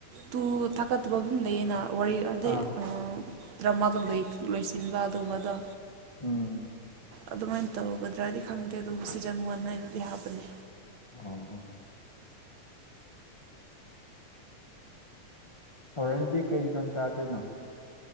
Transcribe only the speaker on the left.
ꯑꯥ
ꯎꯝ
ꯑꯧ ꯎ ꯍꯣꯔꯦꯟꯗꯤ ꯀꯩ ꯏꯟꯖꯥꯡ ꯆꯥꯗꯣꯏꯅꯣ